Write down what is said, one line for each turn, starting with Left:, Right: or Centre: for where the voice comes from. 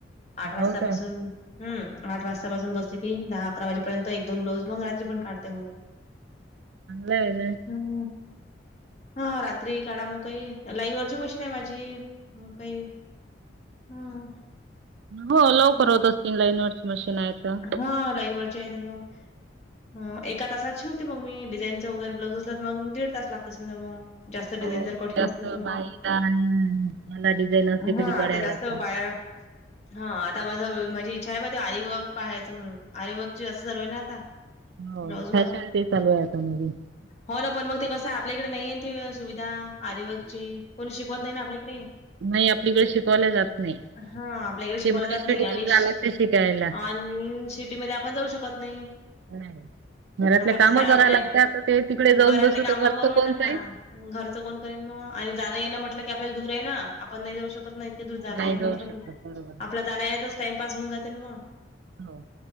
Left: आठ वाजता
Right: हो काय
Left: पासून हम्म, आठ वाजतापासून बसली की दहा अकरा वाजेपर्यंत एक दोन ब्लाऊज मग रात्री पण काढते मग
Right: लय लय
Left: हम्म, हा रात्री काढा मग काही लाईन वरची मशीन आहे माझी हो काही हा.
Right: हो लवकर
Left: मग
Right: होत असतील लाईनवरची मशीन आहे तर
Left: हा, लाईनवरची आहे तर मग हा, एका तासात शिवते मग मी डीझाईनच वगैरे ब्लाऊज असला मग दिड तास लागते समजा मग जास्त
Right: हो
Left: डिझाईन जर कठीण
Right: जास्त
Left: असली तर
Right: बाहीला
Left: मग
Right: याला डिझाईन असते
Left: हा
Right: कधी गळ्याला
Left: आता जास्त
Right: तर
Left: बाया
Right: <inaudible>
Left: हा, आता माझं माझी इच्छा आहे म ते आरीवर्क पाहायचं म्हणून आरीवर्क ची जास्त चालू ये ना आता
Right: हो.
Left: ब्लाऊज
Right: फॅशन
Left: वर,
Right: ते चालू आहे आता नवीन.
Left: हो ना पण मग ते कसंय आपल्याकडे नाही आहे ते सुविधा आरीवर्कची कोणी शिकवत नाही ना आपल्याकडे
Right: नाही आपलीइकड शिकवल्या जात नाही,
Left: हां आपल्याकडे शिकवला
Right: ते मोठ्या
Left: जात
Right: सिटीतचं
Left: नाही आणि
Right: जाया
Left: श
Right: लागते शिकायला
Left: आणि सिटीमध्ये आपण जाऊ शकत नाही.
Right: नाही. घरातले
Left: आता
Right: काम
Left: कसं आहे
Right: करायला
Left: आपल्या
Right: लागतात ते तिकडे
Left: घरातले
Right: जाऊन बसू
Left: कामं
Right: ते घरचं
Left: करून
Right: कोण पाहील.
Left: हां घरचं कोण करेन मग आणि जाणं येणं म्हटलं की आपल्याला दूर आहे ना आपण नाही जाऊ शकत नाही इतके दूर जाणं
Right: नाही
Left: ये नां
Right: जाऊ
Left: म्हटलं
Right: शकत
Left: की
Right: बरोबर.
Left: आपल्या जाण्या येण्यातचं टाइमपास होऊन जाते ना मग.
Right: हो.